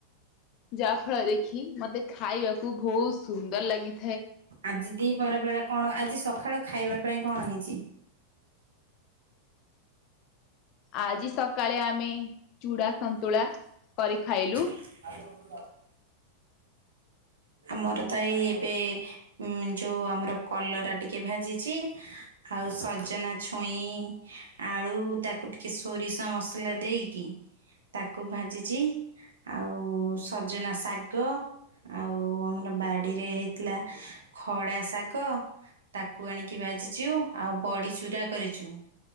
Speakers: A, on the left; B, on the right.
A: ଯାହା ଫଳରେ ଦେଖି ମତେ ଖାଇବାକୁ ବହୁତ୍ ସୁନ୍ଦର ଲାଗି
B: ଆଜି ଦି ପ୍ରହର ବେଳା କଣ ଆଜି ସଖାଳ ଖାଇବା ପାଇଁ କଣ ହେଇଛି?
A: ଆଜି ସକାଳେ ଆମେ ଚୁଡ଼ା ସନ୍ତୁଳା କରି ଖାଇଲୁ।
B: <unintelligible> ଆମର ତ ଏଇ ଏବେ ଉଁ ଯୋଉ ଆମର କଲରା ଟିକେ ଭାଜିଛି। ଆଉ ସଜନା ଛୁଇଁ ଆଳୁ ତାକୁ ଟିକେ ସୋରିଷ ମସଲା ଦେଇ କି ତାକୁ ଭାଜିଛି ଆଉ ସଜନା ଶାଗ ଆଉ ଆମର ବାଡ଼ିରେ ହେଇଥିଲା ଖଡ଼ା ଶାଗ। ତାକୁ ଆଣିକି ଭାଜିଛୁ ଆଉ ବଡ଼ି ଚୁରା କରିଛୁ।